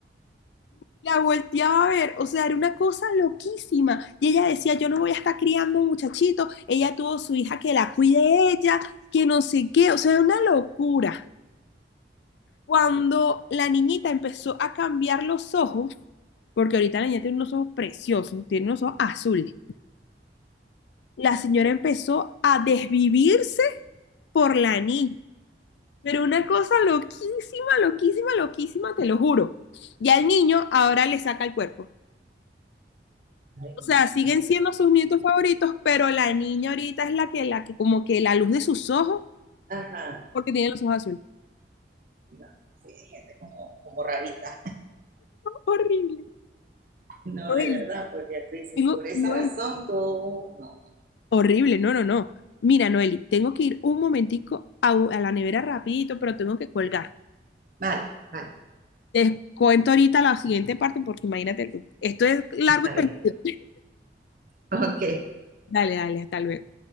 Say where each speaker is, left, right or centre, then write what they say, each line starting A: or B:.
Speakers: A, on the left (about 75°); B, on the right (about 50°).
A: La volteaba a ver, o sea, era una cosa loquísima. Y ella decía, yo no voy a estar criando un muchachito, ella tuvo su hija que la cuide ella, que no sé qué, o sea, era una locura. Cuando la niñita empezó a cambiar los ojos, porque ahorita la niña tiene unos ojos preciosos, tiene unos ojos azules, la señora empezó a desvivirse por la niña. Pero una cosa loquísima, loquísima, loquísima, te lo juro. Ya el niño ahora le saca el cuerpo.
B: Ay,
A: o sea,
B: no
A: siguen
B: creo.
A: siendo sus nietos favoritos, pero la niña ahorita es la que, la que, como que la luz de sus ojos,
B: Ajá,
A: porque tiene los ojos azules.
B: no, sí, gente como, como rarita.
A: Horrible.
B: No,
A: Noeli,
B: de verdad, porque tú dices,
A: tengo-
B: por esa
A: Noeli,
B: razón tú no.
A: Horrible, no, no, no. Mira, Noeli, tengo que ir un momentico a, a la nevera rapidito, pero tengo que colgar.
B: Vale, vale,
A: Te cuento ahorita la siguiente parte porque imagínate tú. Esto es largo
B: está
A: y
B: bien.
A: tendido.
B: Ok.
A: Dale, dale, hasta luego.